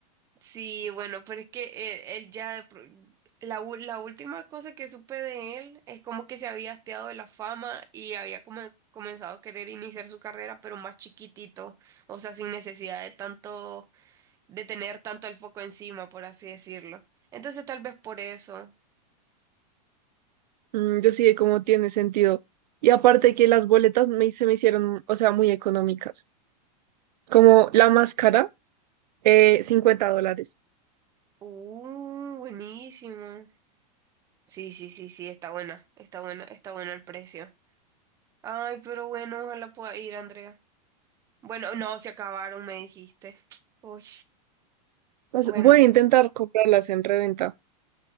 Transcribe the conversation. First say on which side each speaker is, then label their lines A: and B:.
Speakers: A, on the right; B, on the right.
A: Sí, bueno, pero es que él, él ya, de pro- la, u- la última cosa que supe de él es como que se había hasteado de la fama y había como comenzado a querer iniciar su carrera, pero más chiquitito, o sea, sin necesidad de tanto, de tener tanto el foco encima, por así decirlo. Entonces tal vez por eso.
B: Mm, yo sí de cómo tiene sentido. Y aparte que las boletas me, se me hicieron, o sea, muy económicas. Como la más cara, eh, 50 dólares.
A: Uh, buenísimo. Sí, sí, sí, sí, está buena, está buena, está buena el precio. Ay, pero bueno, ojalá pueda ir, Andrea. Bueno, no, se acabaron, me dijiste. <tsk> Uy.
B: Pues
A: Bueno,
B: voy a intentar comprarlas en reventa.